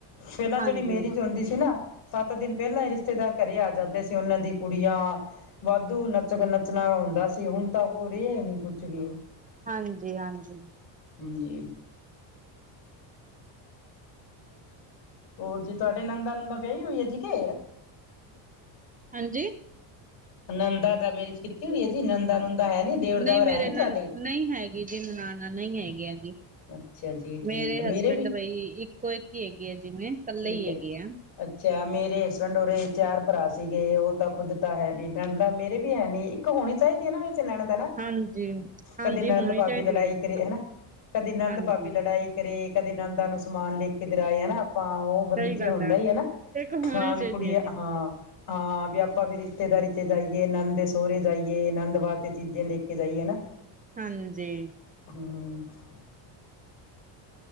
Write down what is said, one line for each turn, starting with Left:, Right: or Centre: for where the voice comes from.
Left: ਪਹਿਲਾ
Right: ਹਾਂਜੀ
Left: ਜਿਹੜੀ ਮੇਰਿਜ ਹੁੰਦੀ ਸੀ ਨਾ ਸੱਤ ਦਿਨ ਪਹਿਲਾ ਹੀ ਰਿਸ਼ਤੇਦਾਰ ਘਰੇ ਆ ਜਾਂਦੇ ਸੀ। ਉਹਨਾਂ ਦੀ ਕੁੜੀਆਂ ਵਾਧੂ ਨੱਚ ਨੱਚਣਾ ਹੁੰਦਾ ਸੀ ਹੁਣ ਤਾ ਉਹ ਰਿਹਾ ਹੀ ਨਈ ਕੁਛ ਵੀ।
Right: ਹਾਂਜੀ-ਹਾਂਜੀ
Left: ਹਾਂਜੀ ਹੋਰ ਜੀ ਤੁਹਾਡੇ ਨਣਦਾ ਨੁਣਦਾ ਵਿਆਹੀ ਹੋਈ ਹੈ ਜੀ ਕਿ
Right: ਹਾਂਜੀ
Left: ਨਣਦਾ ਦਾ ਮੇਰਿਜ ਕੀਤੀ ਹੋਈ ਹੈ ਜੀ ਨਣਦਾ ਨੁਣਦਾ ਹੈ ਨੀ ਦੇਵਰ ਦਾਵਰ
Right: ਨਹੀਂ ਮੇਰੇ
Left: ਹੈ ਨੀ ਤੁਹਾਡੇ
Right: ਨਨ ਨਹੀਂ ਹੈਗੀ ਜੀ ਨਨਾਣਾ ਨਹੀਂ ਹੈਗੀਆਂ ਜੀ
Left: ਅੱਛਾ ਜੀ ਠੀਕ
Right: ਮੇਰੇ ਹਸਬੈਂਡ
Left: ਵੀ
Right: ਬਈ ਇੱਕੋ ਇੱਕ ਹੀ ਹੈਗੇ ਆ ਜਿਵੇਂ ਕੱਲੇ
Left: ਠੀਕ
Right: ਹੀ
Left: ਹੈ।
Right: ਹੈਗੇ ਆ
Left: ਅੱਛਾ ਮੇਰੇ ਹਸਬੈਂਡ ਉਰੇ ਚਾਰ ਭਰਾ ਸੀਗੇ ਉਹ ਤਾਂ ਖੁੱਦ ਤਾਂ ਹੈ ਨੀ। ਨਣਦਾ ਮੇਰੇ ਵੀ ਹੈ ਨੀ ਇੱਕ ਹੋਣੀ ਚਾਹੀਦੀ ਹੈ ਨਾ ਵੈਸੇ ਨਣਦ ਨਾ
Right: ਹਾਂਜੀ ਹਾਂਜੀ
Left: ਕਦੇ ਨਣਦ
Right: ਹੋਣੀ
Left: ਭਾਬੀ
Right: ਚਾਹੀਦੀ
Left: ਲੜਾਈ
Right: ਹੈ ਜੀ
Left: ਕਰੇ ਹਨਾ ਕਦੇ ਨਣਦ
Right: ਹਾਂਜੀ
Left: ਭਾਬੀ ਲੜਾਈ ਕਦੇ ਨਣਦਾ ਨੂੰ ਸਮਾਨ ਲਿਖ ਕਿਧਰ ਆਏ ਆ ਨਾ ਆਪਾਂ ਉਹ
Right: ਸਹੀ
Left: ਚੇ
Right: ਗੱਲ
Left: ਹੁੰਦਾ
Right: ਆ
Left: ਈ ਹੈ ਨਾ
Right: ਇੱਕ ਹੋਣੀ
Left: ਹਾਂ ਵੀ
Right: ਚਾਹੀਦੀ
Left: ਕੁੜੀਆਂ
Right: ਹੈ ਜੀ
Left: ਹਾਂ ਹਾਂ ਵੀ ਆਪਾਂ ਵੀ ਰਿਸ਼ਤੇਦਾਰੀ ਜਾਈਏ ਨਣਦ ਦੇ ਸਹੁਰੇ ਜਾਈਏ ਨਨਦ ਵਾਸਤੇ ਚੀਜ਼ਾਂ ਲੇ ਕੇ ਜਾਈਏ ਹੈਨਾ
Right: ਹਾਂਜੀ
Left: <inaudible>